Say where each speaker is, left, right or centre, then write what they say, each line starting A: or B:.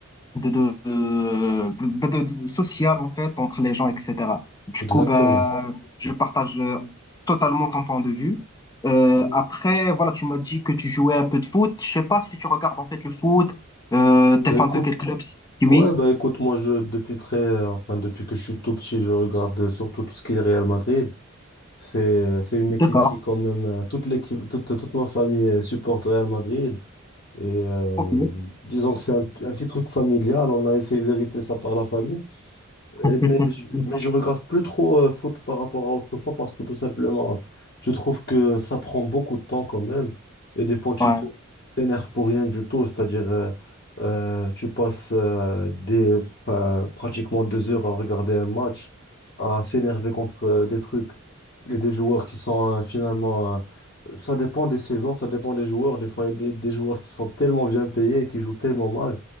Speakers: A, on the left; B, on the left.
A: de, de, euh, de- de- de- social, en fait, entre les gens, etc. Du
B: Exactement.
A: coup, bah, je partage euh, totalement ton point de vue. Euh, après, voilà, tu m'as dit que tu jouais un peu de foot. Je sais pas si tu regardes, en fait, le foot. Euh, t'es
B: Ben
A: fan
B: écoute,
A: de quel club? si Oui.
B: ouais, ben écoute, moi je depuis très euh, enfin depuis que je suis tout petit, je regarde surtout tout ce qui est Real Madrid. C'est c'est une
A: D'accord.
B: équipe qui quand même euh, toute l'équipe toute, toute ma famille euh, supporte Real Madrid et euh,
A: Ok.
B: disons que c'est un, p- un petit truc familial, on a essayé d'hériter ça par la famille. Et-
A: <laughs>
B: Mais je, mais je regarde plus trop euh, foot par rapport à autrefois parce que tout simplement, je trouve que ça prend beaucoup de temps quand même. Et des fois, tu
A: Ouais,
B: te- tu t'énerves pour rien du tout. C'est-à-dire, euh, euh, tu passes euh, des, enfin, pratiquement deux heures à regarder un match, à s'énerver contre euh, des trucs et des joueurs qui sont euh, finalement. euh, ça dépend des saisons, ça dépend des joueurs. Des fois, il y a des, des joueurs qui sont tellement bien payés et qui jouent tellement mal